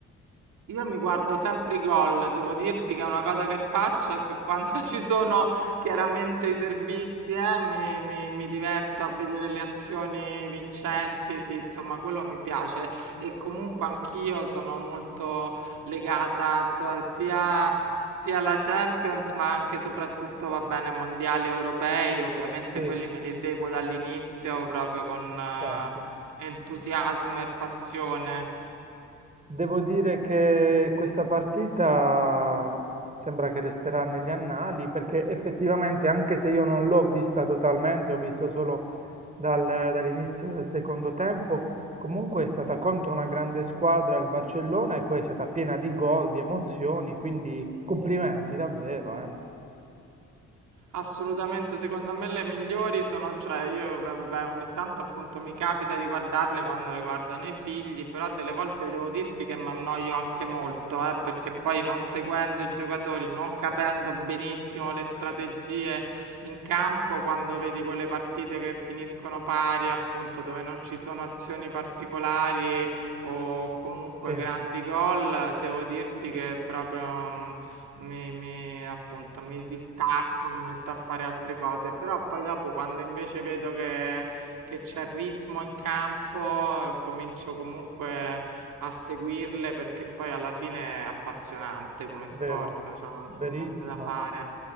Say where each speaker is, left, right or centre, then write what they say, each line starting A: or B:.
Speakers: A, on the right; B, on the right.
A: Io mi guardo sempre i gol, devo dirti che è una cosa che faccio è che quando <laughs> ci sono chiaramente i servizi, eh, mi, mi- mi diverto a vedere le azioni vincenti, sì, insomma, quello mi piace e comunque anch'io sono molto legata, insomma, sia, sia alla Champions, ma anche e soprattutto, va bene, mondiali europei, ovviamente
B: Sì,
A: quelli me li seguo dall'inizio proprio con eh,
B: certo.
A: entusiasmo e passione.
B: Devo dire che questa partita sembra che resterà negli annali perché effettivamente, anche se io non l'ho vista totalmente, ho visto solo dal- dall'inizio del secondo tempo, comunque è stata contro una grande squadra il Barcellona e poi è stata piena di gol, di emozioni, quindi complimenti davvero, eh.
A: Assolutamente, secondo me le migliori sono, cioè io va- vabbè, ogni tanto appunto mi capita di guardarle quando le guardano i figli, però delle volte devo dirti che mi annoio anche molto, eh, perché poi non seguendo i giocatori, non capendo benissimo le strategie in campo, quando vedi quelle partite che finiscono pari, appunto, dove non ci sono azioni particolari o comunque
B: Sì,
A: grandi gol, devo dirti che proprio... mm, mi mi appunto, mi distacco, mi metto a fare altre cose, però poi dopo quando invece vedo che che c'è ritmo in campo, eh, comincio comunque a seguirle perché poi alla fine è appassionante come sport,
B: vero,
A: cioè non
B: verissimo.
A: c'è niente da fare.